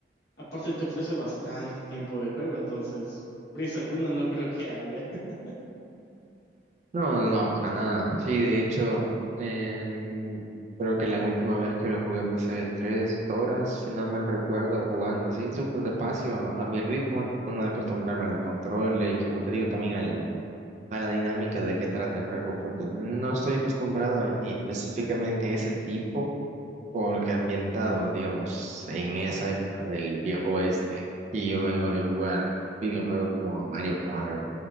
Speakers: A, on the left; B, on the right.
A: Aparte te ofrece bastante tiempo de juego, entonces prisa alguna no creo que haya. <laughs>
B: No, no, no, para nada. Sí, de hecho, em, creo que la última vez que lo jugué pasé tres horas, si no mal recuerdo, jugando así súper despacio, a mi ritmo, tratando de acostumbrarme a los controles y como te digo también a la a la dinámica de qué trata el juego, porque no estoy acostumbrado y específicamente ese tipo, porque ambientado, digamos, en esa época del viejo oeste, y yo vengo de jugar videojuegos como Mario Kart,